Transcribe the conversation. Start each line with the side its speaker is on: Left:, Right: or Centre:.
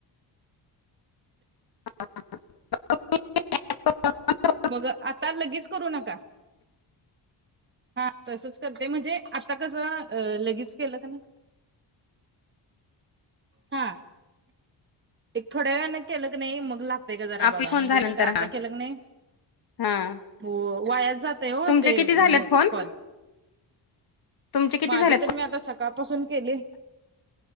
Left: हां ह. <inaudible>
Right: मग आता लगेच करू नका हा तसच करते म्हणजे. कस अ लगेच केलं का नइ हा एक थोड्या वेळने केलं क नाही मग लागत. का जरा
Left: आपला
Right: बघा
Left: फोन
Right: म्हणजे
Left: झाल्यानंतर
Right: नाहीर आता
Left: हा
Right: केलं क नाही.
Left: हा.
Right: हो वायात जातय हो
Left: तुमचे
Right: ते
Left: किती झालेत
Right: कॉल.
Left: फोन तुमचे किती
Right: माझी
Left: झालेत
Right: तर मी आता सकाळपासून केले.